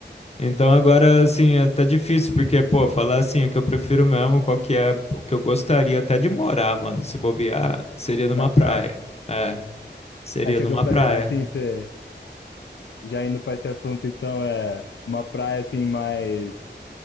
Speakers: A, on the left (about 35°); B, on the left (about 80°).
A: Então agora assim, é- tá difícil porque, pô, falar assim, o que eu prefiro mesmo, qual que é o que eu gostaria até de morar, mano, se bobear, seria numa
B: Na praia.
A: praia. É, seria
B: Aí você
A: numa
B: gostaria,
A: praia.
B: assim, você já indo para esse assunto, então, é uma praia assim mais,